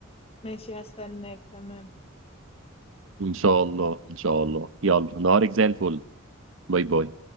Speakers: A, on the left (about 30°); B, on the right (about 70°).
A: ماشي هستناك تمام
B: إن شاء الله إن شاء الله يلا نهارك زي الفل باي باي